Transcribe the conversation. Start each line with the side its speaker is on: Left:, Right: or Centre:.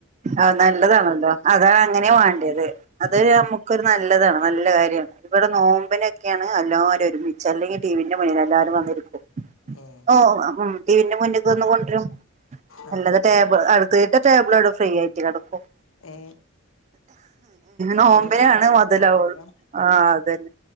Right: ആഹ നല്ലതാണല്ലോ അതാണ് അങ്ങനെ
Left: ആ
Right: വേണ്ടിയത് അത്
Left: ആ
Right: നമുക്കരു നല്ലതാണ് നല്ല കാര്യമാണ് ഇവിടെ നോ്പ മനൊക്കെയാണ് എല്ലാവരും ഒരുമിച്ച് അല്ലെങ്കിൽ ടിവിന്റെ മുന്നിൽ എല്ലാവും വന്നിരിക്കും.
Left: ഏ
Right: ഓ ഉ ടിവിന്റെ മുന്നേക്ക് വന്ന കൊണ്ടുവരും
Left: ആ
Right: അല്ലാതെ ടേബിൾ അടു തീട്ട ടേബിളോട് ഫ്രീ ആയിട്ട് കിക്കും
Left: ഏ
Right: നോബെ
Left: അതുകൊണ്ട് തൊടക്കാണ്ടാവില്ലല്ലോ
Right: ആാണ് മുതലാവ ആ അതന്നെ